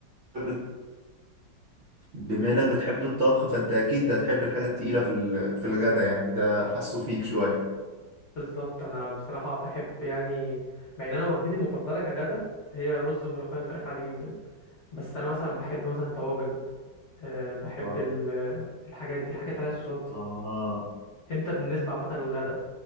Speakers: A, on the right (about 70°); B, on the left (about 50°).
A: بت- بما انك بتحب الطبخ فانت اكيد هتحب الحاجة التقيلة في ال- في الغدا يعني ده حاسه فيك شوية
B: بالظبط انا بصراحة بحب يعني مع ان انا وجبتي المفضلة كغدا هي رز وملوخية وفراخ عادي جدا بس انا مثلا بحب مثلا الطواجن أه بحب
A: اه آه.
B: ال- الحاجات دي الحاجات اللي عليها صوصات
A: اه
B: انت بالنسبة عامة للغدا